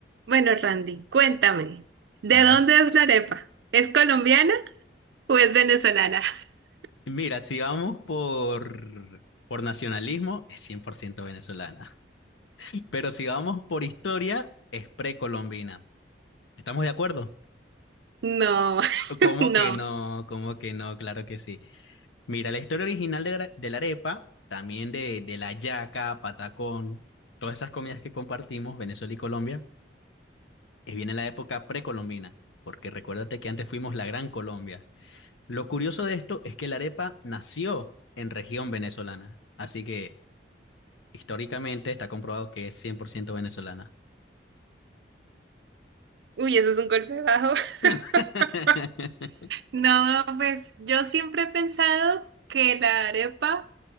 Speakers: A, on the right; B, on the left.
A: Bueno, Randy, cuéntame, ¿de
B: A ver.
A: dónde es la arepa? ¿Es colombiana o es venezolana? <laughs>
B: Mira, si vamos por, por nacionalismo, es 100% venezolana. <laughs> Pero si vamos por historia, es precolombina. ¿Estamos de acuerdo?
A: No,
B: ¿Cómo
A: <laughs> no.
B: que no? ¿Cómo que no? Claro que sí. Mira, la historia original de la, de la arepa, también de, de la yaca, patacón, todas esas comidas que compartimos, Venezuela y Colombia, eh, viene en la época precolombina, porque recuérdate que antes fuimos la Gran Colombia. Lo curioso de esto es que la arepa nació en región venezolana, así que Históricamente está comprobado que es 100% venezolana.
A: Uy, eso es un golpe bajo. <laughs>
B: <laughs>
A: No, pues yo siempre he pensado que la arepa